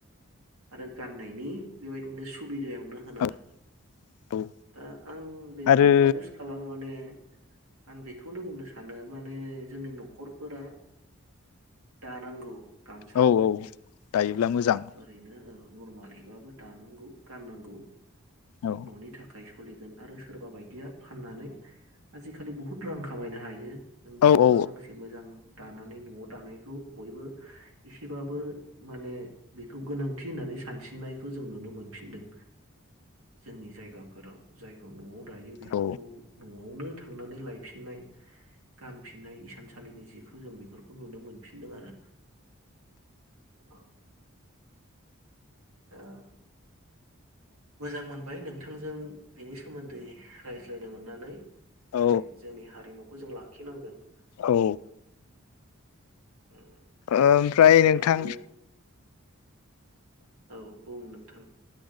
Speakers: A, on the right; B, on the left.
A: आरो गाननायनि बेबायदिनो <unintelligible> सुबिदायावनो होन
B: औ
A: आरो
B: औ
A: दा आं बेखौनो
B: आरो
A: साजेस्ट खालामो माने आं बेखौनो बुंनो सानो माने जोंनि न'खरफोरा दानांगौ गामसाखौ
B: औ औ दायोब्ला मोजां
A: औ ओरैनो औ नरमालैबाबो दानांगौ गाननांगौ।
B: औ
A: न'नि थाखाय सलिगोन आरो सोरबा बायदिया फाननानै आजिखालि बहुद रां खामायनो हायो। नों
B: औ
A: दख'ना
B: औ
A: गांसे मोजां दानानै न'आव दानायखौ बयबो एसेबाब <unintelligible> माने बेखौ गोनांथि होननानै सानसिननायखौ जों नुनो मोनफिनदों। जोंनि जायगाफोराव जायखौ न'आव दायो बेफोरखौ
B: औ
A: न'आवनो थांनानै लायफिननाय गानफिननाय इसानसालिनि जिखौ जों बे बेफोरखौ नुनो मोनफिनदों आरो। औ। दा मोजां मोनबाय नोंथांजों बेनि सोमोन्दै रायज्लायनो मोननानै। माने
B: औ
A: जोंनि हारिमुखौ जों ला खि नांगोन।
B: औ।
A: उम,
B: ओमफ्राय
A: नोंथाङाबो
B: नोंथां
A: औ बुं नोंथां।